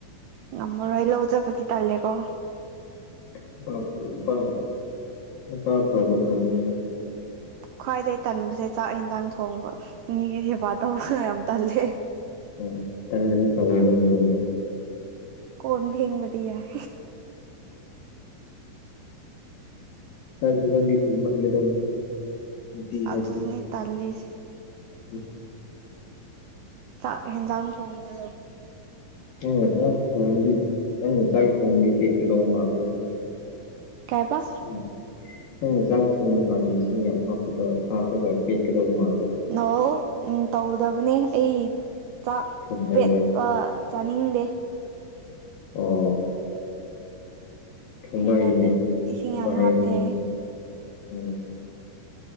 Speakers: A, on the right (about 85°); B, on the left (about 70°).
A: ꯉꯝꯃꯔꯣꯏ ꯂꯧ ꯆꯠꯄꯗꯤ ꯇꯥꯜꯂꯦꯀꯣ
B: ꯅꯨꯄꯥꯕꯨ ꯅꯨꯄꯥꯉꯥꯏ ꯅꯨꯄꯥ ꯑꯐꯕ ꯐꯪꯅꯤꯡꯉꯥꯏ
A: ꯈ꯭ꯋꯥꯏꯗꯒꯤ ꯇꯟꯕꯁꯦ ꯆꯥꯛ ꯌꯦꯟꯖꯥꯡ ꯊꯣꯡꯕ ꯃꯤꯒꯤ ꯁꯦꯕꯥ ꯇꯧꯕ ꯌꯥꯝ ꯇꯜꯂꯦ꯫
B: ꯑꫭ ꯇꯟꯂꯗꯤ ꯇꯧꯋꯦꯗꯥꯏꯅꯦ ꯅꯪꯗꯤ
A: ꯀꫭꯟ ꯐꯦꯡꯕꯗꯤ ꯌꯥꯏ꯫
B: ꯆꯥꯛ ꯌꯦꯟꯖꯥꯡꯗꯤ ꯊꯣꯡꯕ ꯍꯩꯒꯗꯧꯅꯤ ꯅꯨꯄꯤ ꯍꯥꯏꯕꯁꯦ
A: ꯑꯗꯨꯅꯤ ꯇꯜꯂꯤꯁꯦ
B: ꯎꯝ
A: ꯆꯥꯛ ꯍꯦꯟꯖꯥꯡ ꯊꯣꯡꯕ
B: ꯅꯪꯅ ꯆꯥꯛ ꯊꯣꯡꯉꯗꯤ ꯅꯪꯅ ꯆꯥꯛ ꯊꯣꯡꯉꯗꯤ ꯄꯦꯛꯀꯗꯧꯕ ꯃꯥꯜꯂꯦ꯫
A: ꯀꯩ ꯍꯥꯏꯕ
B: ꯏꯁ ꯅꯪꯅ ꯅꯪꯅ ꯆꯥꯛ ꯊꯣꯡꯕ ꯀꯥꯟꯗ ꯏꯁꯤꯡ ꯌꯥꯝ ꯍꯥꯞꯄꯗ ꯍꯥꯞꯄꯒ ꯄꯦꯠꯀꯗꯧꯕ ꯃꯥꯜꯂꯦ꯫
A: ꯅꫭ ꯎꯝ ꯇꯧꯗꯕꯅꯦ ꯑꯩ ꯆꯥꯛ
B: ꯊꯣꯡꯕ
A: ꯄꯦꯠꯄ
B: ꯍꯩꯕ꯭ꯔꯥ
A: ꯆꯥꯅꯤꯡꯗꯦ
B: ꯑꯣ ꯊꯣꯡꯕ
A: ꯍꯩꯅꯗꯦ
B: ꯍꯩꯅꯦ ꯎꯝ
A: ꯏꯁꯤꯡ
B: ꯊꯣꯡꯕ
A: ꯌꯥꯝ
B: ꯍꯩꯕꯅꯦ
A: ꯍꯥꯞꯇꯦ ꯑꯩ
B: ꯎꯝ ꯎꯝ